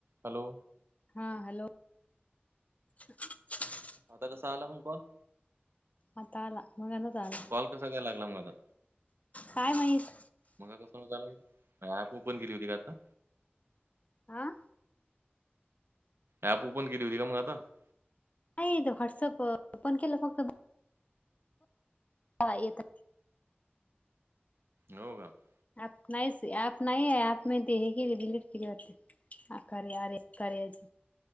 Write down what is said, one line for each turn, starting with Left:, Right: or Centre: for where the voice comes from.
Right: हॅलो
Left: हा हॅलो <unintelligible>
Right: आता कसं आला मगक
Left: आता आला मग नाच आला
Right: कॉल कसा काय लागला मग आता
Left: काय माहित
Right: मगा कसं हो लं ऍप ओपन केली होती का आता
Left: हा <unintelligible>
Right: ॲप ओपन केली होती का मग आता <unintelligible>
Left: नाही तो व्हॉट्सअप ओपन केलं फक्त हा येत <unintelligible>
Right: हो का <unintelligible>
Left: आप नाही नाही आहे म दे क रिडिलेट केली वा ह करे अरे करेच